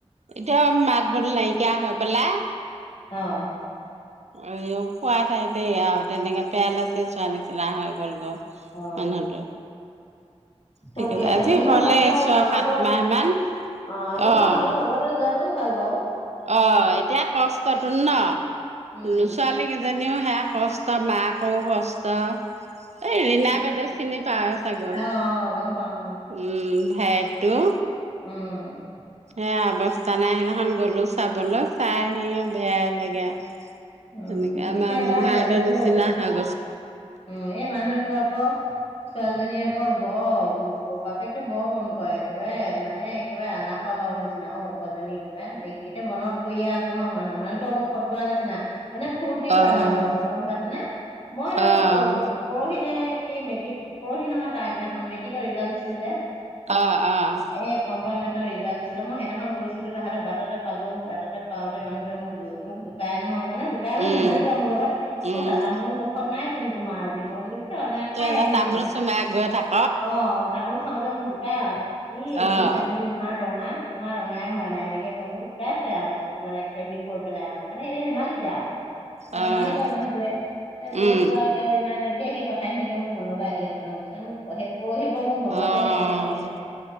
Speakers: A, on the right; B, on the left.
A: এতিয়াও মাত বোল নাইকিয়া হৈ পেলাই
B: অ'।
A: এ খোৱা ঠাইতে একয়া আৰু তেনেকে পেৰালাইচিছ হোৱা নিচিনা হৈ গ'ল গৈ।
B: অ
A: মানুহটো। ঠিক
B: তাকে
A: আছে আজি
B: এনেকে
A: হ'লে
B: হোৱাতকে
A: ছয়
B: লগতে,
A: সাত মাহ মান
B: অ' এনেকে
A: অ'
B: হ'লে লগতে যে তো ভাল বাৰু।
A: অ', এতিয়া কষ্টটোৰ ন,
B: উম
A: ছোৱালী কেইজনীও সেয়া কষ্ট তাৰ মায়েকৰো কষ্ট। এই ৰিণা
B: উম
A: বাইদেউক চিনি পাওয়ে চাগৈ।
B: অ অ গম পাও
A: উম ভায়েকটো।
B: উম।
A: সেয়া অৱস্থা নাই, সেইদিনাখন গ'লো চাবলৈ চাই আহিও বেয়াই লাগে।
B: উম
A: সেনেকে, আমাৰ
B: এতিয়া আকৌ
A: মহা
B: এই
A: সেহতঁৰ
B: মানুহটো
A: নিচিনা হৈ গৈছে।
B: উম, এই মানুহটো আকৌ, ছোৱালীজনীয়ে আকৌ বৰ তাইকটো বৰ মৰম কৰে, একেবাৰে মানে একেবাৰে আলাসৰ লাৰু নিচিনা অ', পোৱালী জনী একেবাৰে দে এতিয়া মনত পৰিয়ে আছো ন, মানুহ মানুহটো অলপ ফটোৱাৰ নিচিনা মানে ফূৰ্তি কৰে
A: অ',
B: মানুহৰ লগত, গম পাইছে নে, মই
A: অ',
B: এই পৰ পৰহিনে কি মেট্ৰিক, পৰহি নহয় তাৰ আগদিনাখন মেট্ৰিকৰ ৰিজাল্ট দিছিল যে।
A: অ', অ'।
B: এই কম্পাৰমেণ্টৰ ৰিজাল্ট দিছিলে, মই সেইদিনাখন গৈছিলো, তাহাঁক বাটতে পালো বাটতে পওঁতে মানুহটোৱে মোক জো, মোক জো কাই নহয় মানে যোক তাই মানে
A: উম,
B: ধেমালি কৰা মোৰ লগত,
A: উম,
B: ক'তা তামোল মুখত নাইচোন তোমাৰ আজি মই বোলো কিয় নাই
A: তই
B: খাই
A: যে
B: আহিছো
A: তামোল চুবাই গৈ থাক।
B: অ তামোল খাওঁজে মোক জোকাই আৰু, ই
A: অ',
B: দেখিছা মোৰ ইমান ৰঙা। তোমাৰ ৰঙাই হোৱা নাই, এনেকে কয়, মোক জোকাইছে আৰু মানে কিবা বি কৰি পেলাই আৰু মানে এনেই ধেমালি তে আৰু, আৰু
A: অ',
B: ধেমালি কৰে মানুহটোৱে, এ গৈছো
A: উম,
B: আৰু তেওঁ ইমান হেৰি কথা খিনিকে মোৰ মনলৈ আহি আছে নহয়, বুজিচনে মোৰ সেই পৰহি পৰা মোৰ মনতে
A: অ',
B: সেইটোকে পৰি আছে।